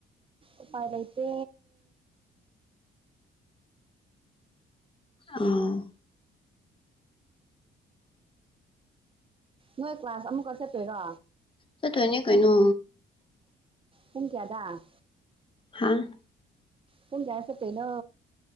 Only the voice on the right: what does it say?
ꯎꯄꯥꯢ ꯂꯩꯇꯦ
ꯅꯣꯏ ꯀ꯭ꯂꯥꯁ ꯑꯃꯨꯛꯀ ꯆꯠꯇꯣꯏꯔꯣ
ꯄꯨꯡ ꯀꯌꯥꯗ
ꯄꯨꯨꯡ ꯀꯌꯥꯗ ꯆꯠꯇꯣꯢꯅꯣ